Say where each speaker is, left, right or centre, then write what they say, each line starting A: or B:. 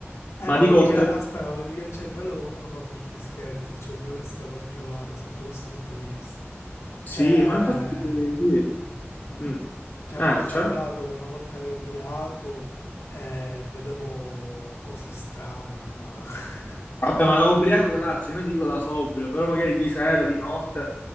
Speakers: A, on the left; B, on the left.
A: Eh,
B: Ma
A: ma
B: dico
A: vedi
B: oltre...
A: che, aspetta, ma vedi che il cervello comunque fa brutti scherzi, il cervello è straparticolare sotto questo punto di vista.
B: Sì,
A: Cioè,
B: ma infatti sì. Mm.
A: cioè,
B: Eh,
A: a me è capitato
B: c'è?
A: che una volta ero ubriaco e vedevo cose strane, ma... <laughs>
B: Vabbè, ma da ubriaco, grazie, non ti dico da sobrio, però magari di sera, di notte.